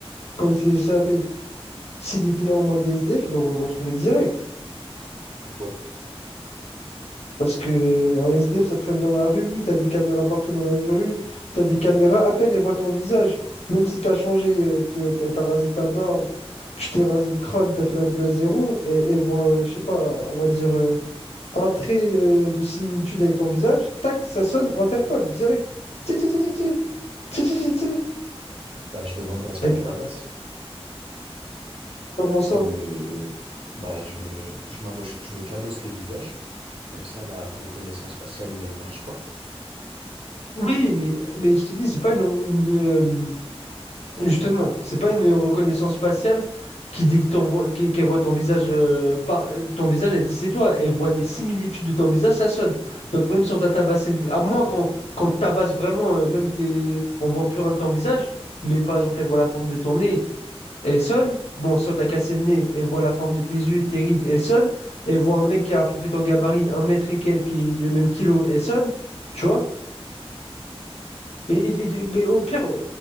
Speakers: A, on the left; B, on the right.
A: quand il s'est échappé, s'il était en mode SDF, il l'aurait retrouvé direct.
B: Pourquoi?
A: Parce que un SDF, ça traîne dans la rue, t'as des caméras partout dans la rue, t'as des caméras, à peine elles voient ton visage. Même si t'as changé, euh, te- t'as t'as rasé ta barbe, tu t'es rasé le crâne, t'as fait la boule à zéro, et elles voient, euh, je sais pas, on va dire, euh, un trait euh, de similitude avec ton visage, tac, ça sonne Interpol, direct. Ti, ti, ti, ti, ti, ti, ti, ti, ti.
B: Bah, je demanderai à ce
A: Mec,
B: qu'on me tabasse
A: Comment ça?
B: pour me... Bah, je me... Je m'amoche... je me cabosse le visage. Comme ça, la reconnaissance faciale ne marche pas.
A: Oui, mais, mais je te dis, c'est pas une, une, euh, Justement, c'est pas une reconnaissance faciale qui dit que t'en vois- qui- qu'elle voit ton visage euh, par euh, ton visage, elle dit c'est toi. Elle voit des similitudes de ton visage, ça sonne. Donc même si on t'a tabassé, à moins qu'on qu'on te tabasse vraiment, euh, même t'es, on voit plus rien de ton visage, mais par exemple elle voit la forme de ton nez, elle sonne. Bon, si on t'a cassé le nez, elle voit la forme de tes yeux, et de tes rides, elle sonne. Elle voit un mec qui a à peu près ton gabarit, un mètre et quelques, qui est le même kilo, elle sonne. Tu vois? Et, et- et- mais au pire, on